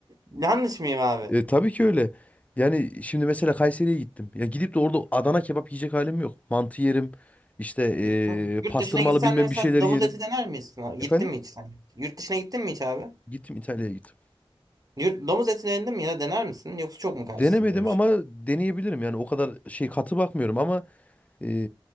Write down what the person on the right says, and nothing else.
<laughs> Yanlış mıyım abi?
E, tamam.
Yurt
dışına gitsen
de mesela
domuz
eti dener misin? abi?
Gittin mi hiç sen? Yurt dışına gittin mi hiç abi?
Yür- Domuz etine indin mi ya dener misin? Yoksa çok mu
karşısın böyle bir
şey?